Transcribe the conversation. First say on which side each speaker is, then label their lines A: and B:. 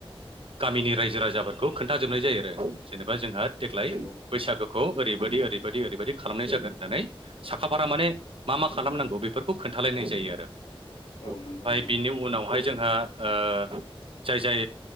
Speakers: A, on the right (about 70°); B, on the left (about 75°).
A: गामिनि रायजो राजाफोरखौ खोन्थाजोबनाय जायो आरो जेनेबा जोंहा देग्लाय
B: नंगौ
A: बैसागो। ओरैबायदि ओरैबायाददि ओरैबायदि खालामनाय जागोन होननानै। साखाफारा माने मा मा खालामनांगौ बेफोरखौ खोन्थालायनाय जायो आरो। ओमफफ्राय
B: औ नंगौ नंगौ
A: बिनि उनावहाय जोंहा ओ जाय जाय।